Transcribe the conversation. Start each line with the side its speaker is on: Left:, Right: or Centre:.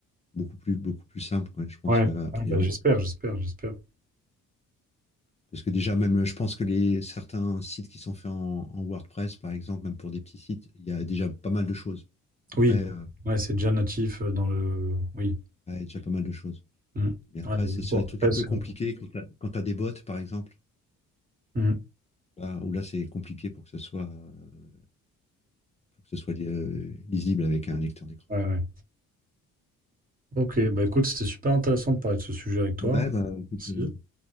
Left: beaucoup plus, beaucoup plus simple, ouais, je pense
Right: ouais,
Left: qu'a priori.
Right: Ouais, bah, j'espère, j'espère, j'espère.
Left: Parce que déjà, même, je pense que les, certains sites qui sont faits en, en WordPress, par exemple, même pour des petits sites, il y a déjà pas mal de choses. Après,
Right: Oui,
Left: euh,
Right: ouais, c'est déjà natif euh, dans le. Oui.
Left: il y a déjà pas mal de choses.
Right: Mm.
Left: Mais après,
Right: Ouais, il y
Left: c'est
Right: a du
Left: sur
Right: WordPress.
Left: les trucs un peu compliqués,
Right: euh.
Left: quand tu as, des bots, par exemple,
Right: Mm.
Left: là, où là, c'est compliqué pour que ce soit, euh, pour que ce soit li- euh, lisible avec un lecteur d'écran.
Right: Ouais, ouais. Ok, bah écoute, c'était super intéressant de parler de ce sujet avec toi.
Left: Ouais, bah, écoute,
Right: Merci.
Left: euh,